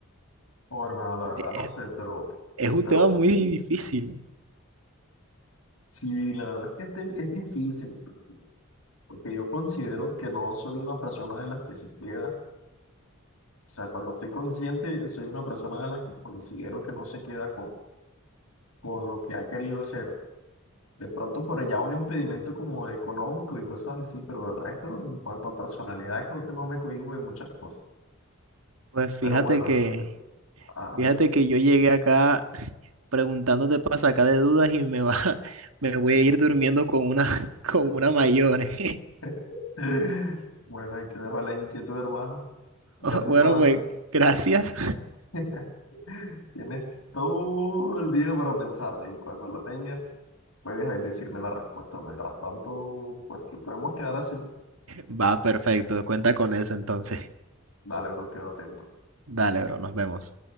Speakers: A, on the left; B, on the right.
A: Oh, hermano, la
B: Porque
A: verdad no
B: Es,
A: sé, pero,
B: es un
A: pero
B: tema muy difícil.
A: sí, la verdad es que este- es difícil, porque yo considero que no soy una persona de las que se queda, o sea, cuando estoy consciente, soy una persona de las que considero que no se queda con, con lo que ha querido hacer. De pronto por allá un impedimento como económico y cosas así, pero del resto, en cuanto a personalidad, creo que no me cohíbo de muchas cosas.
B: Pues fíjate
A: Pero bueno,
B: que,
A: así. Ah,
B: fíjate
A: dime.
B: que yo llegué acá <laughs> preguntándote para sacar de dudas y me va, <laughs> me voy a ir durmiendo con una, <laughs> con una mayor. <laughs>
A: <laughs> Bueno, ahí te dejo la inquietud, hermano. Ya tú
B: Bueno,
A: sabes.
B: pues gracias.
A: <laughs> Tienes todo el día para pensarla y cuando la tengas, puedes decirme la respuesta. Mientras tanto, pues que podemos quedar así.
B: Va, perfecto. Cuenta con eso entonces.
A: Dale, bro, quedo atento.
B: Dale, bro, nos vemos.